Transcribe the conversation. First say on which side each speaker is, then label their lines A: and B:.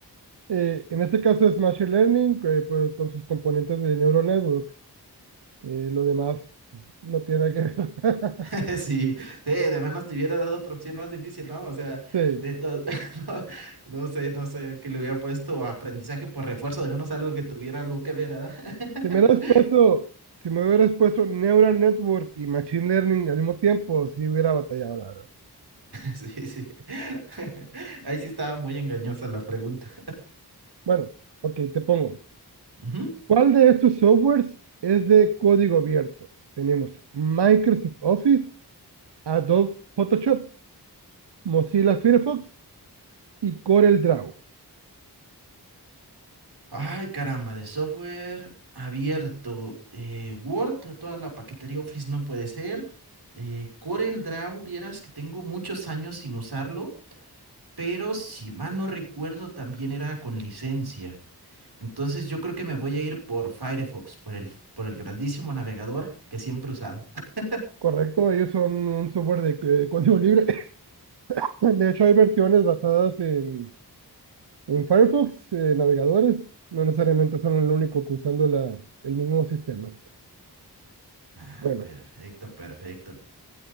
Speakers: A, on the right; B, on the right.
A: Eh, en este caso es Machine Learning eh, pues, con sus componentes de Neural Network. Eh, lo demás no tiene nada que ver. <laughs>
B: <laughs> Sí, sí, de menos te hubiera dado otra opción más difícil, ¿no? O sea,
A: Sí.
B: de todo, <laughs> no, no sé, no sé, que le hubiera puesto aprendizaje por refuerzo, de menos algo que tuviera algo que ver, ¿verdad? <laughs>
A: Si me hubieras puesto, si me hubieras puesto Neural Network y Machine Learning al mismo tiempo, sí hubiera batallado, la verdad.
B: Sí, sí. <laughs> Ahí sí estaba muy engañosa la pregunta.
A: Bueno, ok, te pongo.
B: Ujú.
A: ¿Cuál de estos softwares es de código abierto? Tenemos Microsoft Office, Adobe Photoshop, Mozilla Firefox y CorelDRAW,
B: Ay, caramba, de software abierto. eh, Word, toda la paquetería Office no puede ser. Eh, CorelDRAW, vieras que tengo muchos años sin usarlo, pero si mal no recuerdo también era con licencia. Entonces yo creo que me voy a ir por Firefox, por el, por el grandísimo navegador que siempre he usado. <laughs>
A: ¿correcto? Ellos son un software de, eh, código libre. <laughs> De hecho, hay versiones basadas en, en Firefox, eh, navegadores. No necesariamente son el único que usando la, el mismo sistema.
B: Ah,
A: Bueno,
B: perfecto, perfecto.